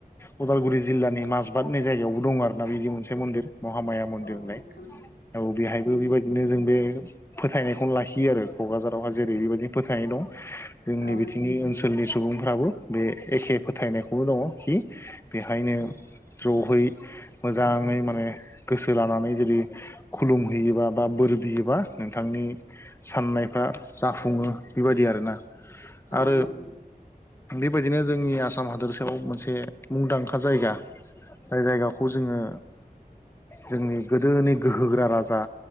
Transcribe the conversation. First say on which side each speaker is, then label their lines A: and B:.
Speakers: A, on the left; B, on the left.
A: उदालगुरि जिल्लानि माजबादनि जायगायाव दं आरो ना बिदि मोनसे मन्दिर महामाया मन्दिर
B: औ
A: होननाय
B: नोंथां
A: औ बेहायबो बेबायदि बिदिनो जों बे फोथायनायखौनो लाखियो आरो क'क्राझारावहाय जेरै बेबायदिनो फोथायनाय दं जोंनि बिथिंनि
B: औ नोंथां
A: ओनसोलनि सुबुंफ्राबो बे एखे फोथायनायखौनो दङ खि बेहायनो जयै मोजाङै माने गोसो लानानै जुदि खुलुमहैयोबा बा बोर बियोबा नोंथांनि साननायफ्रा जाफुङो बेबायदि आरोना
B: औ
A: आरो
B: नोंथां
A: बेबायदिनो जोंनि आसाम हादोरसायाव मोनसे मुंदांखा जायगा जाय जायगा बे खौ जोङो जोंनि गोदोनि गोहो गोरा राजा